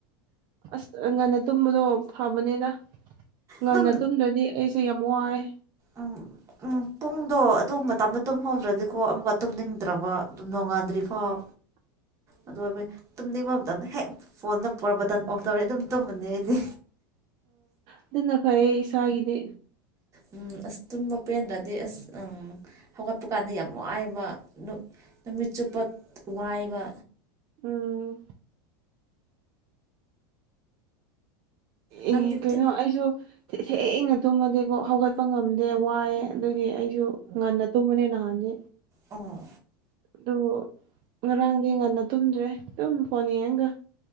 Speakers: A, on the right; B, on the right.
A: ꯑꯁ ꯉꯥꯟꯅ ꯇꯨꯝꯕꯗꯣ ꯐꯕꯅꯤꯅ ꯉꯟꯅ
B: ꯑꯗꯨꯝ
A: ꯇꯨꯝꯗ꯭ꯔꯗꯤ ꯑꯩ ꯁꯤ ꯌꯥꯝ ꯋꯥꯏ
B: ꯑꯝ ꯎꯝ ꯄꯨꯡꯗꯣ ꯑꯗꯨ ꯃꯇꯝꯗ ꯇꯨꯝꯍꯧꯗ꯭ꯔꯗꯤꯀꯣ ꯑꯃꯨꯛꯀ ꯇꯨꯝꯅꯤꯡꯗ꯭ꯔꯕ ꯑꯗꯨꯝ ꯅꯣꯡꯉꯥꯟꯗ꯭ꯔꯤꯐꯥꯎ
A: <inaudible>
B: ꯑꯗꯨ ꯑꯣꯏꯕ ꯇꯨꯝꯅꯤꯡꯕ ꯃꯇꯝꯗ ꯍꯦꯛ ꯐꯣꯟꯗ ꯄꯨꯔ ꯕꯇꯟ ꯑꯣꯐ ꯇꯧꯔꯦ ꯑꯗꯨꯝ ꯇꯨꯝꯃꯅꯤ ꯑꯩꯗꯤ
A: ꯑꯗꯨ ꯅ ꯐꯌꯦ ꯏꯁꯥꯒꯤꯗꯤ
B: ꯎꯝ ꯑꯁ ꯇꯨꯝꯕ ꯄꯦꯟꯗ꯭ꯔꯗꯤ ꯑꯁ ꯑꯝ ꯍꯧꯒꯠꯄ ꯀꯥꯟꯗ ꯌꯥꯝ ꯋꯥꯏꯑꯦꯕ ꯅꯨꯃꯤꯠ ꯆꯨꯞꯄ ꯋꯥꯏꯕ
A: ꯎꯝ
B: ꯅꯪꯗꯤ
A: ꯑꯦ ꯀꯩꯅꯣ
B: ꯊꯤ
A: ꯑꯩꯁꯨ ꯊꯦꯡꯅ ꯇꯨꯝꯃꯗꯤꯀꯣ ꯍꯧꯒꯠꯄ ꯉꯝꯗꯦ ꯋꯥꯏꯑꯦ ꯑꯗꯨꯒꯤ ꯑꯩꯁꯨ ꯉꯟꯅ ꯇꯨꯝꯕꯅꯦ ꯅꯍꯥꯟꯗꯤ
B: ꯑꯣ
A: ꯑꯗꯨ ꯉꯔꯥꯡꯒꯤ ꯉꯟꯅ ꯇꯨꯝꯗ꯭ꯔꯦ ꯑꯗꯨꯨꯝ ꯐꯣꯟ ꯌꯦꯡꯒ